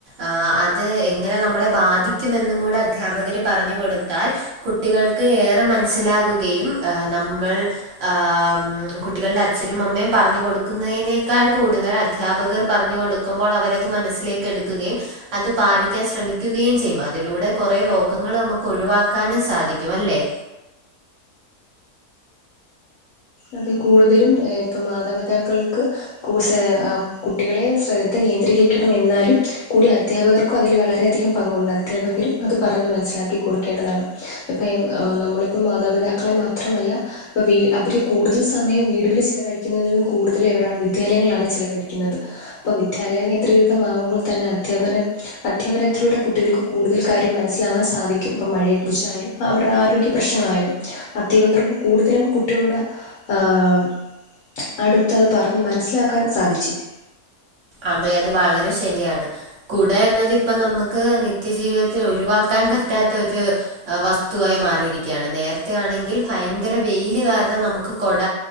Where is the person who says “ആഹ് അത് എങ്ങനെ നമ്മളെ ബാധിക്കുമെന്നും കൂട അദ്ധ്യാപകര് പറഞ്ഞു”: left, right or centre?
Right